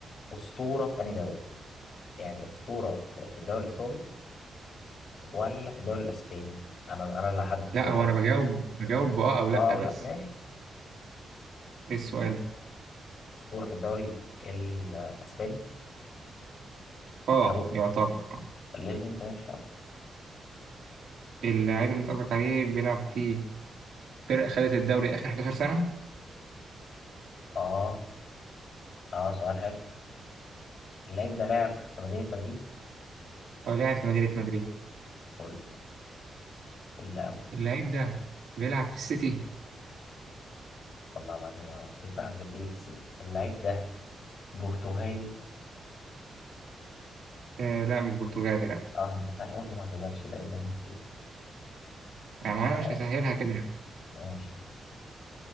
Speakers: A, on the left; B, on the right.
A: أسطورة في أنهي دوري؟ يعني أسطورة في في الدوري الإيطالي ولا في الدوري الإسباني؟ أنا أنا اللي هحدد الدوريات
B: لا هو انا بجاوب بجاوب بآه
A: بقى
B: او لا
A: أو
B: بس
A: لأ ماشي
B: ايه السؤال
A: أسطورة في الدوري الإسباني
B: اه
A: أنا بقول
B: يعتبر آه.
A: ليه أنت ماشي خلاص
B: اللاعب اللي انت قصدك عليه بيلعب في فرق خدت الدوري آخر 11 سنة
A: آه آه سؤال حلو اللاعب ده لاعب في مدينة مدريد؟
B: ولعب في مدينة مدريد
A: قول قول قوي
B: اللعيب ده بيلعب في السيتي
A: والله العظيم يا رب بيقع بتيجي في السجن اللاعب ده برتغالي؟
B: آه لا مش برتغالي لا
A: آه أنت صحيح قلت ما اعتذرش لا إيه ده أنا نسيت.
B: يعني ما أنا
A: اه
B: مش هسهلها كده
A: ماشي